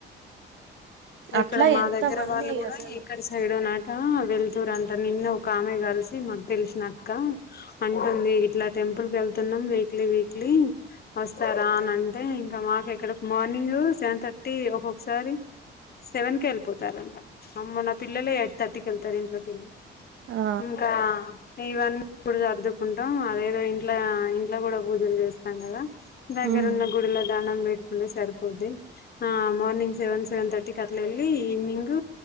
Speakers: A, on the left; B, on the right.
A: ఆ ఇక్కడ
B: అట్లా
A: మా
B: ఎంతమంది
A: దగ్గర వాళ్ళు కూడా
B: అసలు
A: ఇక్కడ సైడో నాట వెల్తురు అంట నిన్న ఒక ఆమె కలిసి మాకు తెలిసినక్క అంటుంది ఇట్లా టెంపుల్ కి వెళ్తున్నాం వీక్లీ వీక్లీ వస్తారా అని అంటే ఇంకా మాకు ఇక్కడ మార్నింగ్ సెవన్ థర్టీ ఒకొక్కసారి సెవెన్ కే వెళ్ళిపోతారంట అమ్మో నా పిల్లలే ఎయిట్ థర్టీ ళ్తారు ఇంట్లోకెళ్ళి
B: ఆ!
A: ఇంకా ఇవన్నీ ఇప్పుడు సర్దుకుంటాం అదేదో ఇంట్లో ఇంట్లో కూడా పూజలు చేస్తాం కదా దగ్గర
B: హ్మ్.
A: ఉన్న గుడిలో దానం బేట్కుంటే సరిపోది ఆ మార్నింగ్ సెవెన్ సెవెన్ తర్టీకి అట్ల ఎల్లి ఈవ్నింగ్